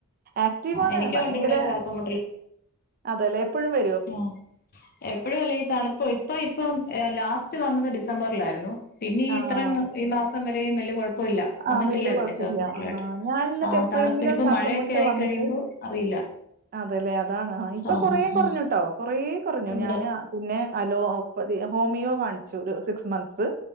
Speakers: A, on the right; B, on the left.
A: ആക്റ്റീവാണ്
B: എനിക്കും
A: ഭയങ്കെര
B: ഉണ്ട് ഇവിടെ ഒരു ശ്വാസം
A: അതേല്ലേ എപ്പളും വ
B: ആ എപ്പളു അല്ലെങ്കി തണുപ്പ ഇപ്പ ഇപ്പം ലാസ്റ്റ് വന്നത് ഡിസംബറ്ലായിരുന്നു പിന്നെ
A: ആഹ്
B: ഇത്രം ഈ മാസം വരെയും വലിയ കൊഴപ്പ ഇപ്പല്ല വന്നിട്ടില്ല
A: ആഹ് വല്യ കൊഴപ്പല്ല
B: പിന്നെ ല്ല്യ ശ്വാസംമു ട്ടലായിട്ട്
A: ആഹ് ഞാൻ എന്നിട്ട്
B: ആ
A: എപ്പോഴെങ്കിലും
B: തണു പിന്ന ഇപ്പ
A: ശ്വാസം
B: മഴയൊക്കെആയികഴിയുമ്പൊ
A: മുട്ട് വന്നിട്ട്
B: അറിയില്ല
A: അതെല്ലേ അതാണ് ഇപ്പൊ
B: ആഹ്
A: കൊറേ
B: ആഹ്
A: കുറഞ്ഞൂട്ടൊ
B: ആഹ്
A: കൊറേ കുറഞ്ഞു
B: ഉണ്ട്
A: ഞാന്പിന്നെ അലോപ്പതി ഹോമിയോകാണിച്ചു ഒരു സിക്സ് മന്ത്സ്